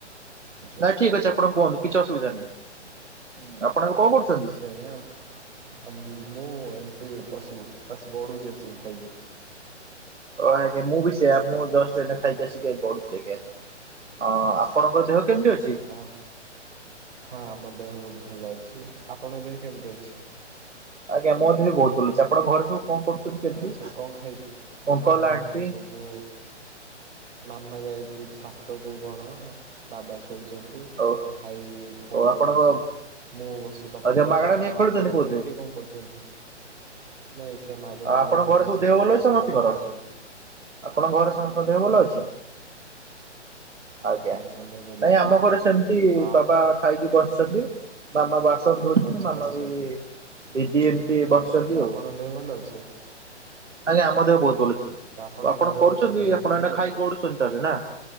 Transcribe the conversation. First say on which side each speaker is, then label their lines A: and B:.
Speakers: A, on the right; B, on the right.
A: କିଛି
B: ନାଇଁ
A: ଅସୁବିଧା
B: ଠିକ୍ ଅଛି
A: ନାହିଁ।
B: ଆପଣ କୁହନ୍ତୁ କିଛି ଅସୁବିଧା ନାହିଁଁ। ଆପଣ ଏବେ କଣ କରୁଛନ୍ତି?
A: <unintelligible> ମୁଁ ଏମିତି <unintelligible> ବାସ୍ ଗଡୁଛି ଆସିିକି ଖାଇକି।
B: ଓ ଅଜ୍ଞା ମୁଁ ବି ସେୟା ମୁଁ ଜୁଷ୍ଟ ଏଇନା ଖାଇକି ଆଶିକି ଗଡ଼ୁଚି ଅଜ୍ଞା। ଅ ଆପଣଙ୍କ
A: ଆଚ୍ଛା
B: ଦେହ
A: ଆଚ୍ଛା
B: କେମିତି ଅଛି?
A: ଆଉ ହଁ ଆମ ଦେହ ବହୁତ୍ ଭଲ ଅଛି। ଆପଣଙ୍କ ଦେହ କେମତି ଅଛି?
B: ଆଜ୍ଞାଁ ମୋ ଦେହ ବି ବହୁତ ଭଲ ଅଛି। ଆପଣଙ୍କ ଘରେ ସବୁ କଣ କରୁଛନ୍ତି କେମିତି?
A: ଆଚ୍ଛା କଣ ଖାଇ
B: ଅଙ୍କଲ
A: ହଁ ଆମ
B: ଆଣ୍ଟି
A: ଘରେ ସବୁ ମାମା ଯାଇଛି ଛାତକୁୁ କଣ ବାବା ଶୋଇଛନ୍ତି।
B: ଓ
A: ଭାଈ ଫୋନ୍
B: ଓ ଆପଣଙ୍କ
A: ଦେଖୁଚି। ମୁଁ ବସି କଥା
B: ଆଜ୍ଞା
A: ହଉଛି
B: ମାଗଣା ନେଇ
A: ଆଉ
B: ଖେଳୁଛନ୍ତି
A: ଆପଣଙ୍କ
B: ବୋଧେ?
A: ଘରେ କିଏ କଣ କରୁଚନ୍ତି ନାଇଁ ସେ ମାଗଣା
B: ଆଉ
A: ନିଆ
B: ଆପଣଙ୍କ
A: କଲେ
B: ଘରେ ସବୁ
A: ସେ
B: ଦେହ ଭଲ
A: ବସି
B: ଅଛି ସମସ୍ତିଙ୍କର?
A: ସେମିତି ଫୋନ ଦେଖୁଛି।
B: ଆପଣଙ୍କ ଘରେ ସମସ୍ତଙ୍କ ଦେହ ଭଲ ଅଛି? ଆଜ୍ଞା
A: ସମସ୍ତଙ୍କ ଦେହ ଭଲ
B: ନାଇଁ
A: ଅଛି
B: ଆମ ଘରେ ସେମତି
A: ଆଉ ଆପ
B: ବାବା ଖାଇକି ବସିଛନ୍ତି ବାମା ବାସ ବାସନ ଧୋଉଛନ୍ତି
A: ଆଚ୍ଛା
B: ମାମା
A: ଆଚ୍ଛା।
B: ବି ଦିଦି ଏମିତି
A: ଆଚ୍ଛା
B: ବସିଛନ୍ତି
A: ଆଚ୍ଛା ଆପଣଙ୍କ
B: ଆଉ।
A: ଦେହ ଭଲ ଅଛି?
B: ଆଜ୍ଞା। ଆମ ଦେହ ବହୁତ ଭଲ ଅଛି।
A: ଆଚ୍ଛା ଆପଣଙ୍କ
B: ଆପଣ
A: ଘରେ
B: କରୁଛନ୍ତି
A: ସମସ୍ତଙ୍କ
B: ଆପଣ
A: ଦେହ ଭଲ
B: ଏ
A: ଅଛି?
B: ଖାଇକି ଗଡୁଛନ୍ତି। ନା